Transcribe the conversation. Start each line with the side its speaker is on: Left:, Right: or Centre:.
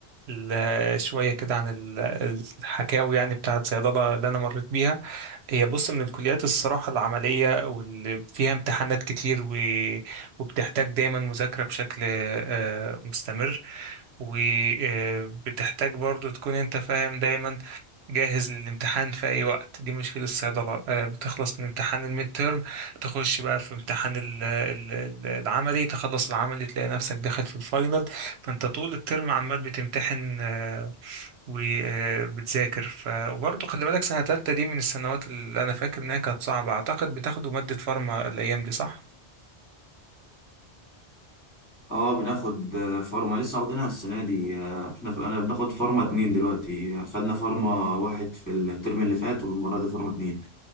Right: ال- شوية كده عن ال- الحكاوي يعني بتاعة صيدلة اللي انا مريت بيها هي بص من الكليات الصراحة العملية واللي فيها امتحانات كتير و... وبتحتاج دايما مذاكرة بشكل أه مستمر وبتحتاج برضو تكون انت فاهم دايما جاهز للامتحان في اي وقت دي مشكلة الصيدلة آه، بتخلص من امتحان الميد تيرم تخش بقى في امتحان ال- ال- ال- العملي تخلص العملي تلاقي نفسك داخل في الفاينل فانت طول الترم عمال بتمتحن وبتذاكر ف... وبرضو خلي بالك سنة تالتة دي من السنوات اللي انا فاكر انها كانت صعبة اعتقد بتاخدوا مادة فارما الايام دي صح؟
Left: اه بناخد فارما لسه واخدينها السنه دي آه، احنا في... انا بناخد فارما اتنين دلوقتي خدنا فارما واحد في الترم اللي فات والمره دي فارما اتنين